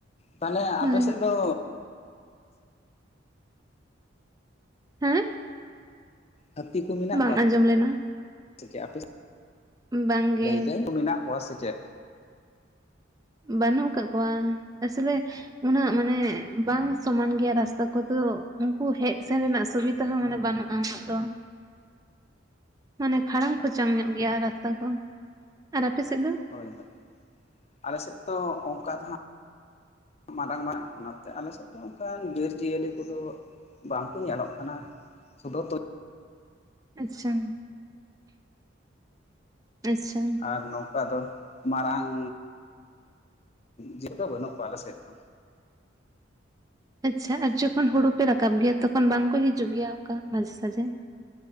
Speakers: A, on the left (about 35°); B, on the right (about 20°).
A: ᱛᱟᱦᱚᱞᱮ
B: ᱦᱳᱭ
A: ᱟᱯᱮ ᱥᱮᱫ ᱫᱚ
B: ᱦᱮᱸ
A: ᱦᱟᱹᱛᱤ ᱠᱚ ᱢᱮᱱᱟᱜ
B: ᱵᱟᱝ
A: ᱠᱚᱣᱟ
B: ᱟᱸᱡᱚᱢ ᱞᱮᱱᱟ
A: ᱪ <inaudible> ᱟᱯᱮ <unintelligible>
B: ᱵᱟᱝᱜᱮ
A: ᱞᱟᱹᱭ ᱫᱟᱹᱧ ᱢᱮᱱᱟᱜ ᱠᱚᱣᱟ ᱥᱮ ᱪᱮᱫ?
B: ᱵᱟᱹᱱᱩᱜ ᱟᱠᱟᱫ ᱠᱚᱣᱟ ᱟᱥᱚᱞᱮ ᱩᱱᱟᱹᱜ ᱢᱟᱱᱮ ᱵᱟᱝ ᱥᱚᱢᱟᱱ ᱜᱮᱭᱟ ᱨᱟᱥᱛᱟ ᱠᱚᱫᱚ ᱩᱱᱠᱩ ᱦᱮᱡ ᱥᱮᱱ ᱨᱮᱱᱟᱜ ᱥᱩᱵᱤᱫᱟ ᱛᱮ ᱦᱚᱸ ᱢᱟᱱᱮ ᱵᱟᱹᱱᱩᱜᱼᱟ ᱩᱱᱟᱹᱜ ᱫᱚᱼᱼ ᱢᱟᱱᱮ ᱠᱷᱟᱲᱟᱝ ᱠᱷᱚᱪᱟᱝ ᱧᱚᱜ ᱜᱮᱭᱟ ᱨᱟᱥᱛᱟ ᱠᱚ, ᱟᱨ ᱟᱯᱮ ᱥᱮᱫ ᱫᱚ?
A: ᱦᱳᱭ ᱦᱳᱭ ᱟᱞᱮ ᱥᱮᱫ ᱛᱚ ᱚᱱᱠᱟ ᱫᱚ ᱦᱟᱸᱜ ᱢᱟᱨᱟᱝ ᱢᱟᱨᱟᱝ ᱚᱱᱟ ᱛᱮ ᱟᱞᱮ ᱥᱮᱫ ᱫᱚ ᱚᱱᱠᱟᱱ ᱵᱤᱨ ᱡᱤᱭᱟᱹᱞᱤ ᱠᱚᱫᱚ ᱵᱟᱝ ᱠᱚ ᱧᱮᱞᱚᱜ ᱠᱟᱱᱟ ᱥᱩᱫᱩ
B: ᱟᱪᱪᱷᱟ ᱟᱪᱪᱷᱟ
A: ᱟᱨ ᱱᱚᱝᱠᱟ ᱫᱚ ᱢᱟᱨᱟᱝ, ᱡᱤᱣᱤ ᱫᱚ ᱵᱟᱹᱱᱩᱜ ᱠᱚᱣᱟ ᱟᱞᱮ ᱥᱮᱫ ᱫᱚ
B: ᱟᱪᱪᱷᱟ ᱟᱨ ᱡᱚᱠᱷᱚᱱ ᱦᱳᱲᱳ ᱯᱮ ᱨᱟᱠᱟᱵ ᱜᱮᱭᱟ ᱛᱚᱠᱷᱚᱱ ᱵᱟᱝ ᱠᱚ ᱦᱤᱡᱩᱜ ᱜᱮᱭᱟ ᱚᱱᱠᱟ ᱢᱟᱡᱷᱮ ᱥᱟᱡᱷᱮᱼᱼ